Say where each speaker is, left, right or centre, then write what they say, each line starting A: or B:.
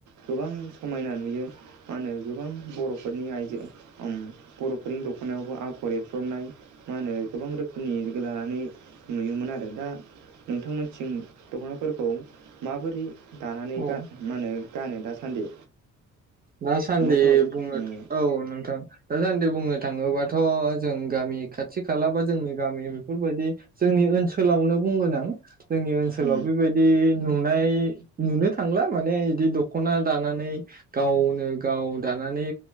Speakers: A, on the right; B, on the right.
A: गोबां समायना नुयो मा होनो गोबां बर'फोरनि आइजो बर'फोरनि दखनायावबो आगर एरफ्रबनाय मा होनो गोबां रोखोमनि लानानै नुयोमोन आरो दा नोंथांमोन थिं दखनाफोरखौ माबोरै दानानै
B: औ
A: गान मा होनो गानो दासान्दि।
B: दासान्दि
A: न'फोराव
B: बुंनो
A: उम
B: औ नोंथां दासान्दि बुंनो थाङोबा थ जों गामि खाथि खाला बा जोंनि गामि बेफोरबायदि जोंनि ओनसोलावनो बुंगोन आं। जोंनि ओनसोलाव
A: उम
B: बेबायदि नुनाय नुनो थांला माने बिदि दखना दानानै गावनो गाव दानानै